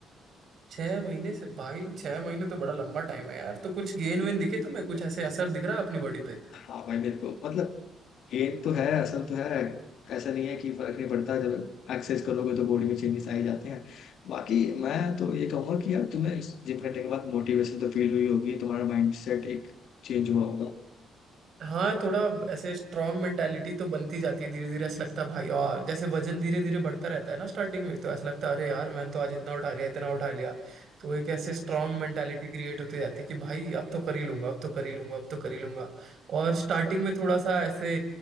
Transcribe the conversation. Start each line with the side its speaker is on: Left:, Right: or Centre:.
Right: छह महीने से भाई छह महीने तो बड़ा लंबा टाइम है यार तो कुछ गेन वेन दिखे तुम्हें कुछ ऐसे असर दिख रहा है अपनी बॉडी पे
Left: हाँ भाई मेरे को मतलब गेन तो है असल तो है ऐसा नहीं है कि फर्क नहीं पड़ता जब एक्सरसाइज करोगे तो बॉडी में चेंजेस आ ही जाते हैं बाकी मैं तो ये कहूंगा कि यार तुम्हें जिम करने के बाद मोटिवेशन तो फील हुई होगी तुम्हारा माइंड सेट एक चेंज हुआ होगा
Right: हाँ थोड़ा ऐसे स्ट्रांग मेंटालिटी तो बनती जाती है धीरे धीरे ऐसा लगता है भाई और जैसे वजन धीरे धीरे बढ़ता रहता है ना स्टार्टिंग में तो ऐसा लगता है अरे यार मैंने तो आज इतना उठा लिया इतना उठा लिया तो एक ऐसे स्ट्रांग मेंटालिटी क्रिएट होती जाती है कि भाई अब तो कर ही लूंगा अब तो कर ही लूंगा अब तो कर ही लूंगा और स्टार्टिंग में थोड़ा सा ऐसे